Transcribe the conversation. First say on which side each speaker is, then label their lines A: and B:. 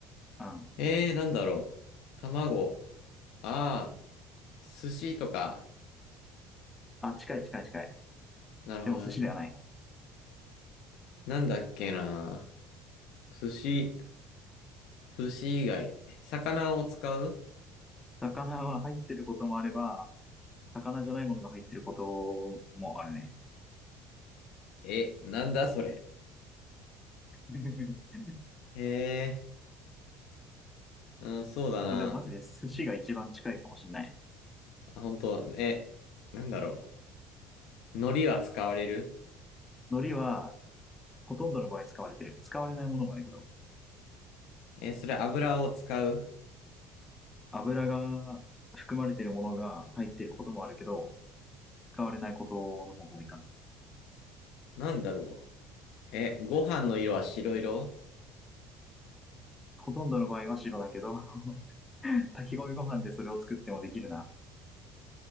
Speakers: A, on the left; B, on the left.
A: うん。
B: ええー、なんだろう。卵。ああ、寿司とか。
A: あ、近い近い近い。
B: なるほどね。
A: でも寿司ではない。
B: なんだっけな。寿司、寿司以外。魚を使う
A: 魚は入ってることもあれば、魚じゃないものが入ってることもあるね。
B: え、なんだそれ。
A: <laughs>
B: ええー、うん、そうだな。
A: まあ、でもマジで寿司が一番近いかもしれない。
B: あ、本当え、なんだろう。海苔は使われる
A: 海苔はほとんどの場合使われてる。使われないものもあるけど、
B: え、それ油を使う
A: 油が含まれてるものが入ってることもあるけど、使われないことの方が多いかな。
B: なんだろう。え、ご飯の色は白色
A: ほとんどの場合は白だけど、<laughs> 炊き込みご飯でそれを作ってもできるな。